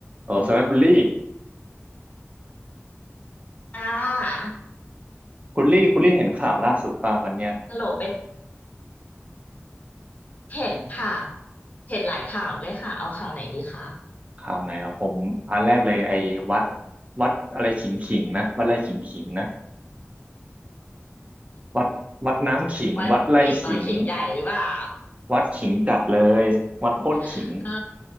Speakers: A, on the right; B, on the left.
A: เออสำหรับคุณลี่
B: อ่า
A: คุณลี่คุณลี่เห็นข่าวล่าสุดป่ะวันเนี้ย
B: ฮัลโหลเป็นเห็นค่ะ เห็นหลายข่าวด้วยค่ะ เอาข่าวไหนดีคะ
A: ข่าวไหนเหรอผมอันแรกเลยไอ้วัดวัดอะไรขิงขิงนะวัดไร่ขิงขิงนะวัดวัดน้ำขิงวัดไร่ขิง
B: วัดขิงน้อยขิงใหญ่หรือเปล่า
A: วัดขิงจัดเลยวัดโคตรขิง
B: <laughs> อ่า